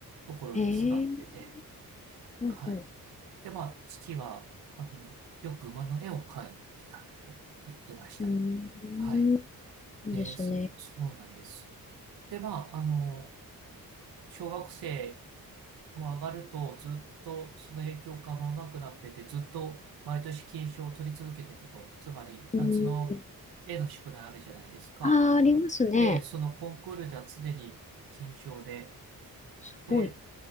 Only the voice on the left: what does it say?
えー、ほうほ
う。うーん。
な
んですね。
うん。
ああ、ありますね。
すごい。